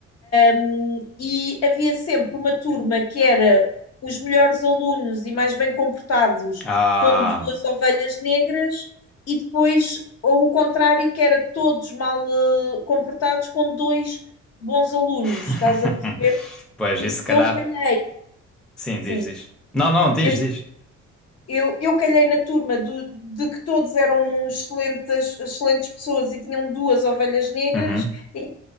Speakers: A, on the left; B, in the centre.
A: Hum, E havia sempre uma turma que era os melhores alunos e mais bem comportados,
B: Ah.
A: com duas ovelhas negras, e depois ou o contrário, que era todos mal eh, comportados, com dois bons alunos,
B: <laughs>
A: estás a perceber?
B: Pois,
A: E
B: isso se calhar.
A: eu calhei,
B: Sim,
A: sim.
B: diz, diz. Não, não, diz,
A: Eu
B: diz.
A: eu, eu calhei na turma do- de que todos eram excelentes, excelentes pessoas e tinham duas ovelhas negras,
B: Uhum.
A: e a minha